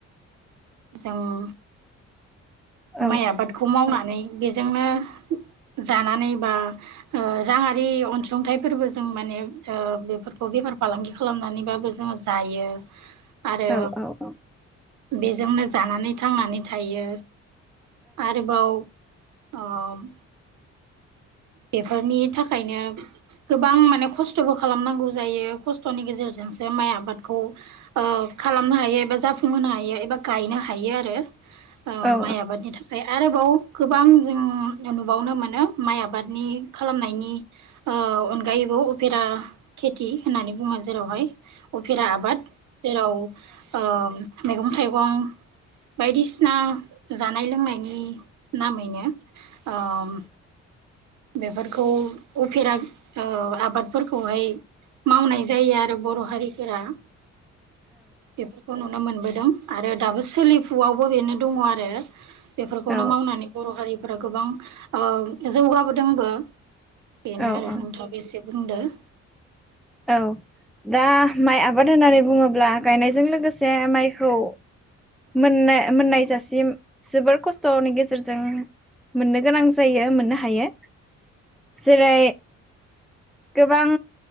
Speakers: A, on the right; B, in the centre.
A: जों
B: औ
A: माइ आबादखौ मावना <unintelligible> बेजोंनो जानानै बा ओ राङारि अनसुंथाइफोरबो जों माने ओ बेफोरखौ बेफार फालांगि खालामनानैबाबो जों जायो। आरो
B: औ औ औ
A: बेजोंनो जानानै थांनानै थायो। आरोबाव आं बेफोरनि थाखायनो गोबां माने खस्थ'बो खालामनांगौ जायो खस्थ'नि गेजेरजोंसो माइ आबादखौ ओ खालामनो हायो एबा जाफुंहोनो हायो एबा गायनो हायो आरो ओ
B: औ
A: माइ आबादनि थाखाय आरोबाव गोबां जों नुबावनो मोनो माइ आबाद आबादनि खालामनायनि अनगायैबो उपेरा खेथि होननानै बुङो जेराव <unintelligible> अफेरा आबाद जेराव ओ मैगं-थाइगं बायदिसिना जानाय लोंनायनि नामैनो अम बेफोरखौ उफेरा ओ आबादफोरखौहाय मावनायजे जायो आरो बर' हारिफोरा बेफोरखौ नुनो मोनबोद दं आरो दाबो सोलिफुआवबो बेनो दङ आरो बेफोरखौनो
B: औ
A: मावनानै बर' हारि हरावगोबां ओ जौगा अदोंबो
B: औ
A: बेनो आरो नोंथाबो एसे बुंदो
B: औ दा माइ आबाद होननानै बुङोब्ला गायनायजों लोगोसे माइखौ मोननाय मोननाय जासिम जोबोर खस्थ'नि गेजेरजों मोननो गोनां जायो मोननो हायो जेरै गोबां